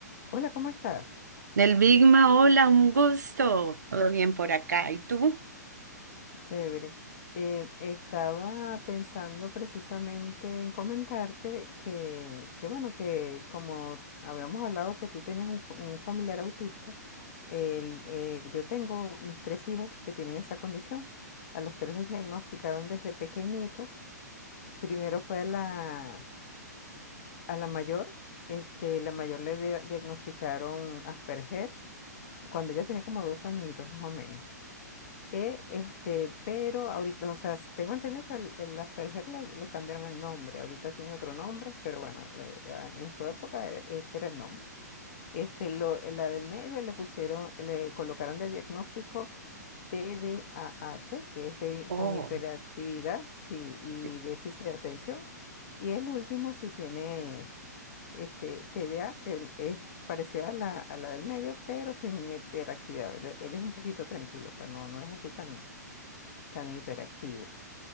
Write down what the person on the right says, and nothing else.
Del Bigma, hola, un gusto. Todo bien por acá. ¿Y tú?
Oh,
sí.